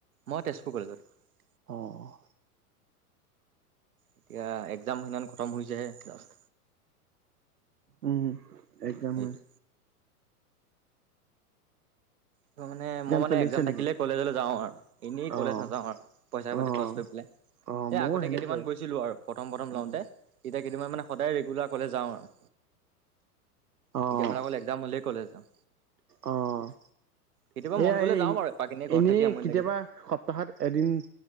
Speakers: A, on the right; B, on the right.
A: মই তেজপুৰ কলেজত।
B: অ'।
A: এতিয়া এক্সাম সেইদিনা খতম হৈছেহে জাষ্ট।
B: উম একদমেই।
A: সেইটো ত মানে মই মানে
B: চলি
A: একজাম
B: আছে নেকি?
A: থাকিলে কলেজলৈ যাওঁ আৰু এনেই কলেজ
B: অ',
A: নাযাওঁ আৰু পইচা পাতি
B: অ',
A: খৰচ কৰি পেলাই।
B: অ',
A: এ
B: ময়ো
A: আগতে
B: সেনেকুৱাই
A: কেইদিনান গৈছিলো আৰু প্ৰথম প্ৰথম
B: উম,
A: লওঁতে এতিয়া কেইদিনান মানে সদায় ৰেগুলাৰ কলেজ যাওঁ আৰু।
B: অ',
A: এতিয়া মানে, অকল একজাম হ'লে, ক'লেজ যাওঁ?
B: অ'।
A: কেতিয়াবা,
B: এয়া
A: মন গ'লে
B: এই
A: যাওঁ বাৰু এপাক। ঘৰত
B: এনেই
A: থাকি আমনি
B: কেতিয়াবা
A: লাগিলে
B: সপ্তাহত এদিন